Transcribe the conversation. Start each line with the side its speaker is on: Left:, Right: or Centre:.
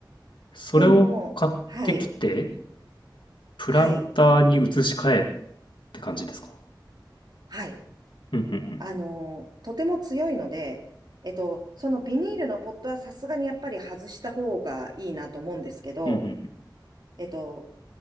Left: それを買ってきて、
Right: でも、はい、
Left: プランターに移し替えるっ
Right: はい、
Left: て感じですか
Right: はい。
Left: うんうんうん。
Right: あの、とても強いので、えっと、そのビニールのポットはさすがにやっぱり外した方がいいなと思うんですけど、
Left: うんうん
Right: えっと、